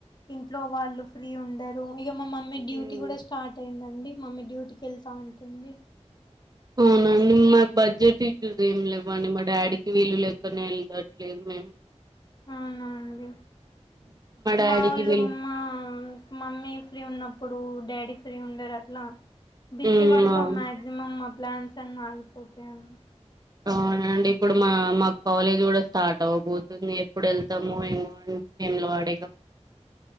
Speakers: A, on the left; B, on the right.
A: ఇంట్లో వాళ్ళు ఫ్రీ ఉండరు ఇ మా మమ్మీ డ్యూటీ
B: హ్మ్.
A: కూడా స్టార్ట్ అయిందండి మమ్మీ డ్యూటీకి వెళ్తా ఉంటుంది
B: అవునండి మా బడ్జెట్ <unintelligible> ఏం లేవండి మా డాడీకి వీలు లెక్కనే వెళ్దట్లేదు లెదు
A: అవునండి
B: మా డాడీకి
A: మాఊళ్ళు
B: వీల్
A: మా మమ్మీ ఫ్రీ ఉన్నప్పుడు డాడీ ఫ్రీ ఉండరు అట్లా బిజీ
B: మ్మ్
A: వల్ల
B: అవును
A: మాక్సిమం మా ప్లాన్స్ అన్ని ఆగిపోతాయండి
B: అవునండి ఇప్పుడు మా మా కాలేజ్ కూడా స్టార్ట్ అవ్వబోతుంది ఎప్పుడు వెళ్తామో ఏమో అ భీమలవాడేగా